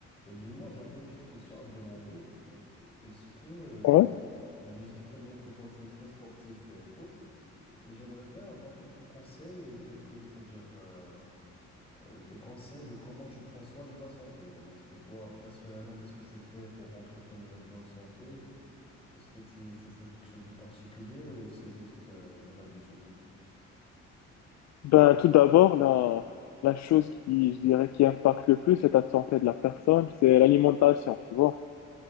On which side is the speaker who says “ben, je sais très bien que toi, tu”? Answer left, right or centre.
Left